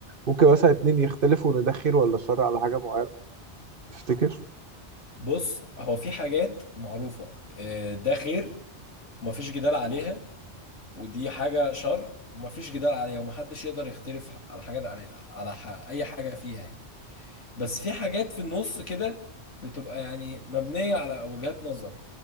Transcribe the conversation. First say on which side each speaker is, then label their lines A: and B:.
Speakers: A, on the right; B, on the left.
A: ممكن مثلا اتنين يختلفوا ان ده خير ولا شر على حاجه معينه تفتكر
B: بص هو في حاجات معروفة آه، ده خير ومفيش جدال عليها ودي حاجة شر ومفيش جدال عليها ومحدش يقدر يختلف على حاجة على على ح- أي حاجة فيها يعني بس في حاجات في النص كده بتبقى يعني مبنية على وجهات نظر